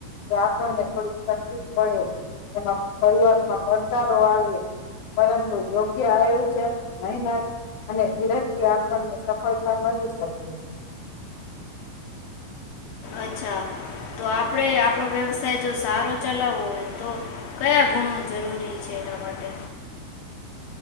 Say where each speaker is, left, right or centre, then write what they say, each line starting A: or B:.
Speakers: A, on the left; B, on the left.
A: કે આપણને થોડીક તકલીફ પડે એમાં શરૂઆતમાં પડકારો આવે. પરંતુ યોગ્ય આયોજન, મહેનત અને ધ્યય થી આપણને સફળતા મળી શકે છે.
B: અચ્છા! તો આપણે આપણો વ્યવસાય જો સારો ચલાવવો હોય તો.. કયા ગુણો જરૂરી છે. એના માટે?